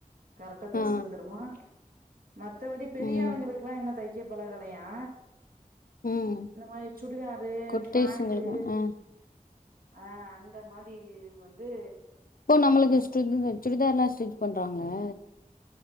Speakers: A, on the right; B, on the left.
A: கரெக்டா தச்சு
B: ஆ
A: தந்துருமா மத்தவடி பெரிய
B: ம்
A: ஆளுங்களுக்கெல்லா இன்னு தைக்க பழகலயா
B: ம்
A: இந்த மாரி சுடிதாரு
B: குட்டீஸுங்களுக்கு
A: ஃப்ராக்கு
B: ஆ
A: ஆ அந்த மாரி இதுக்கு வந்து
B: இப்போ நம்மளுக்கு ஸ்டிகிங் சுடிதார்லா ஸ்டிச் பண்றாங்களா